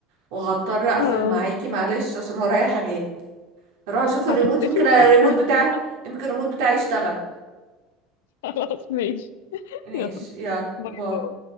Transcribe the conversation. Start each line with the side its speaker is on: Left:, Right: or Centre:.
Right: وهضطر اقفل
Left: اه
Right: معاكي معلش عشان ورايا حاجات هروح اشوف الريموت
Left: هتختفي
Right: يمكن الريموت
Left: طيب <laughs>
Right: بتاعي يمكن الريموت بتاعي يشتغل
Left: خلاص ماشي
Right: ماشي
Left: يلا.
Right: يلا
Left: باي
Right: باي
Left: باي